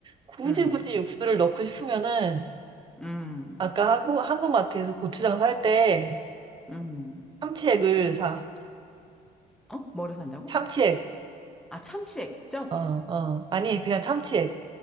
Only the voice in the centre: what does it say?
음.
음.
음.
어? 뭐를 산다고?
아, 참치 액젓.